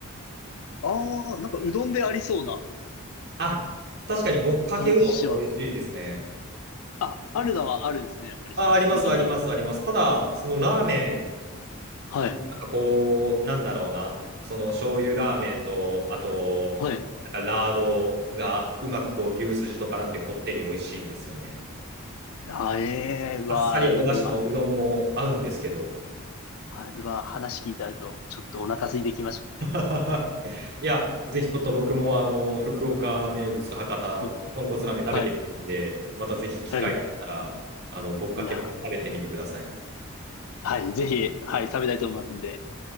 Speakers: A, on the left; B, on the right.
A: ああ、なんかうどんでありそうな
B: あ、確かにぼっかけうどんも美味しいですね。
A: 感じします。あ、あるのはあるですね。やっぱりそのうどんも。
B: あ、あります、あります、あります。ただ、そのラーメン、
A: はい。
B: もうなんかこう、なんだろうな、その醤油ラーメンと、あと、
A: はい。
B: なんかラードがうまくこう牛すじと絡んでこってり美味しいんですよね。
A: あー、ええーうわー、
B: あっさりお出汁のうどんも合うんですけど。
A: なんか今、はい。うわ、話聞いてあると、ちょっとお腹空いてきましたね。
B: <laughs> いや、ぜひちょっと僕もあの福岡名物博多豚骨ラーメン食べてみるんで、
A: <laughs> はい。
B: またぜひ機会があったら、
A: はい。
B: あのぶっかけも食べてみてください。
A: いや、はい。ぜひ、はい、食べたいと思いますんで。